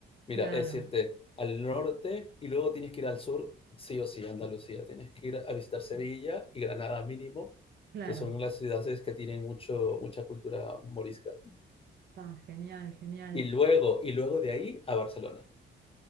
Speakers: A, on the left; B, on the right.
A: Mira,
B: claro,
A: es irte al norte y luego tienes que ir al sur, sí o sí, a Andalucía. Tienes que ir a visitar Sevilla y Granada mínimo,
B: claro.
A: que son las ciudades que tienen mucho, mucha cultura morisca.
B: Está genial, genial.
A: Y luego, y luego de ahí a Barcelona,